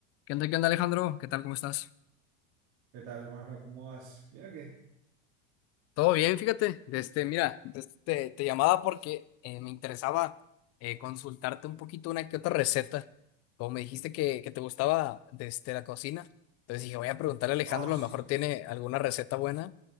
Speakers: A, on the left (about 40°); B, on the right (about 60°).
A: ¿Qué onda, qué onda, Alejandro? ¿Qué tal? ¿Cómo estás?
B: ¿Qué tal, hermano? ¿Cómo vas? Mira que.
A: Todo bien, fíjate. de Este, mira, de este, te llamaba porque eh, me interesaba eh, consultarte un poquito una que otra receta. Como me dijiste que, que te gustaba de este, la cocina, entonces dije, voy a preguntarle a Alejandro,
B: Ah, sí.
A: a lo mejor tiene alguna receta buena